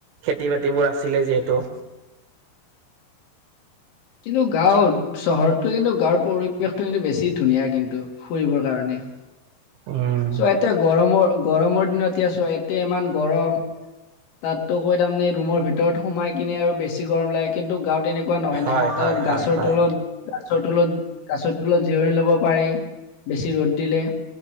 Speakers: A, on the right; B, on the left.
A: খেতি বাতিবোৰ আছিলে যিহেতু।
B: কিন্তু গাঁৱত চহৰতটো কিন্তু গাঁৱৰ পৰিৱেশটো কিন্তু বেছি ধুনীয়া কিন্তু ফুৰিবৰ কাৰণে।
A: উম
B: চ' এতে গৰমৰ গৰমৰ দিনতে চোৱা এতে ইমান গৰম তাতো কৈ তাৰমানে এই ৰুমৰ ভিতৰত সোমাই কিনে আৰু বেছি গৰম লাগে। কিন্তু গাঁৱত এনেকুৱা নহয়
A: হয়
B: না তাত
A: হয়
B: গাছৰ
A: হয় হয়।
B: তলত গাছৰ তলত গাছৰ তলত জিৰণি ল'ব পাৰি বেছি ৰ'দ দিলে